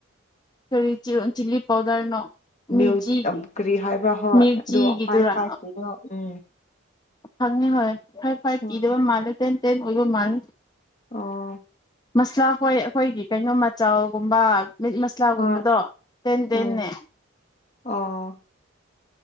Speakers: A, on the left; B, on the left.
A: ꯀꯔꯤ ꯆꯤꯜ ꯆꯤꯂꯤ ꯄꯥꯎꯗꯔꯅꯣ ꯃꯤꯔꯆꯤꯒꯤ
B: ꯃ꯭ꯌꯨ ꯇꯝ ꯀꯔꯤ ꯍꯥꯏꯕ꯭ꯔꯥ ꯍꯣꯏ
A: ꯃꯤꯔꯆꯤꯒꯤꯗꯨꯔꯥ
B: ꯑꯗꯣ ꯐꯥꯏꯐ ꯐꯥꯏꯐ ꯀꯤꯗꯣ ꯎꯝ
A: ꯊꯅꯤ ꯍꯣꯏ ꯐꯥꯏꯐ ꯐꯥꯏꯐ
B: ꯑꯣ
A: ꯀꯤꯗꯣ ꯃꯥꯂꯦ ꯇꯦꯟ ꯇꯦꯟ ꯑꯣꯏꯕ ꯃꯥꯜꯂꯦ
B: ꯑꯣ
A: ꯃꯁꯂꯥ ꯍꯣꯏ ꯑꯩꯈꯣꯏꯒꯤ ꯀꯩꯅꯣ ꯃꯆꯜꯒꯨꯝꯕ ꯃꯤꯠ ꯃꯁꯂꯥꯒꯨꯝꯕꯗꯣ
B: ꯍꯣꯏ
A: ꯇꯦꯟ ꯇꯦꯟꯅꯦ
B: ꯎꯝ ꯑꯣ